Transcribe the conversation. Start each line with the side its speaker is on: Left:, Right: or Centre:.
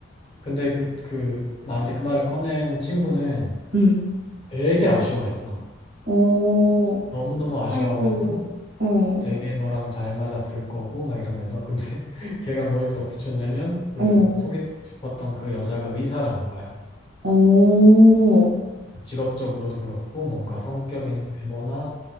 Left: 근데 그, 그 나한테 그 말을 꺼낸 친구는
Right: 음.
Left: 되게 아쉬워했어
Right: 어, 어,
Left: 너무너무 아쉬워하면서
Right: 아이고, 어,
Left: 되게 너랑 잘 맞았을 거고 막 이러면서 근데 <laughs> 걔가 뭘 덧붙였냐면 그
Right: 어,
Left: 소개해주고 싶었던 그 여자가 의사라는 거야.
Right: 어, 어.
Left: 그러니까 직업적으로도 그렇고 뭔가 성격이나 외모나